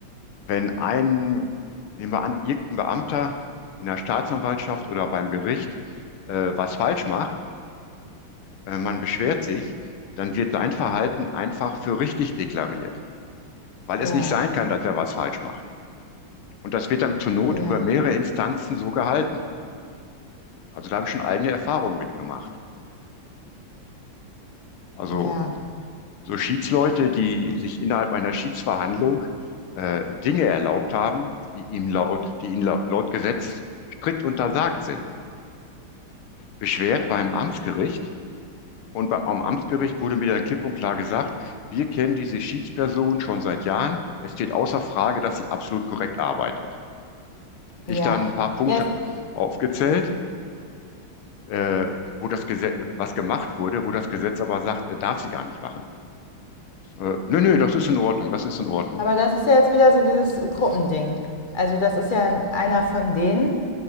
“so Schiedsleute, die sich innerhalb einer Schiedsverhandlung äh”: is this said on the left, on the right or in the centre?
Left